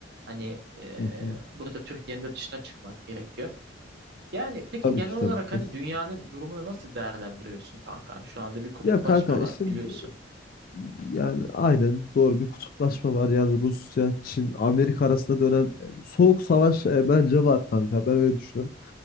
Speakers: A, on the right; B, on the left.
A: Hani e,
B: Hı hı.
A: burada Türkiye'nin de dışına çıkmak gerekiyor. Yani peki
B: Tabii
A: genel
B: ki
A: olarak
B: tabii kesin.
A: hani dünyanın durumunu nasıl değerlendiriyorsun kanka? Hani şu anda bir kutuplaşma
B: Ya kanka
A: var
B: şimdi
A: biliyorsun.
B: yani aynen doğru bir kutuplaşma var. Yani Rusya, Çin, Amerika arasında dönen e, soğuk savaş e, bence var kanka. Ben öyle düşünüyorum.